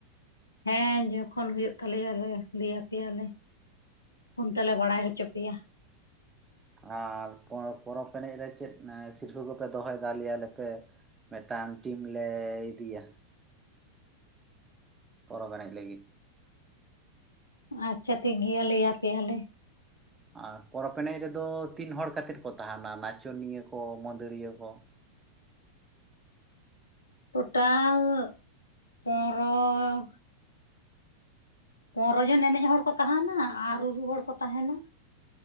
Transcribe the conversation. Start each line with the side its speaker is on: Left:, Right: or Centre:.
Left: ᱦᱮᱸ ᱡᱚᱠᱷᱚᱱ ᱦᱳᱭᱳᱜ ᱛᱟᱞᱮᱭᱟ ᱞᱮ ᱞᱟᱹᱭ ᱟᱯᱮᱭᱟᱞᱮ, ᱯᱷᱳᱱ ᱛᱮᱞᱮ ᱵᱟᱲᱟᱭ ᱦᱚᱪᱚ ᱯ -ᱯᱮᱭᱟ,
Right: ᱟᱨ ᱯᱨᱚ ᱯᱚᱨᱚᱵᱽ ᱮᱱᱮᱡ ᱨᱮ ᱪᱮᱫ ᱥᱤᱨᱯᱟᱹ ᱠᱚᱯᱮ ᱫᱚᱦᱚᱭᱮᱫᱟ ᱞᱟᱹᱭ ᱟᱞᱮᱯᱮ? ᱢᱤᱫᱴᱟᱝ ᱴᱤᱢ ᱞᱮ ᱤᱫᱤᱭᱟ, ᱯᱚᱨᱚᱵᱽ ᱮᱱᱮᱡ ᱞᱟᱹᱜᱤᱫ᱾
Left: ᱟᱪᱪᱷᱟ ᱴᱷᱤᱠ ᱜᱮᱭᱟ, ᱞᱟᱹᱭ ᱟᱯᱮ ᱭᱟᱞᱮ᱾
Right: ᱟᱨ ᱯᱚᱨᱚᱵᱽ ᱨᱮᱫᱚ ᱛᱤᱱ ᱦᱚᱲ ᱠᱟᱛᱮᱫ ᱠᱚ ᱛᱟᱦᱮᱱᱟ ᱱᱟᱪᱚᱱᱤᱭᱟᱹ ᱠᱚ, ᱢᱟᱹᱫᱟᱹᱲᱤᱭᱟᱹ ᱠᱚ,
Left: ᱴᱳᱴᱟᱞ ᱯᱚᱱᱮᱨᱚ ᱯᱚᱱᱨᱚ ᱡᱚᱱ ᱮᱱᱮᱡ ᱦᱚᱲ ᱠᱚ ᱛᱟᱦᱟᱱᱟ ᱟᱨ ᱨᱩᱨᱩ ᱦᱚᱲ ᱠᱚ ᱛᱟᱦᱮᱱᱟ᱾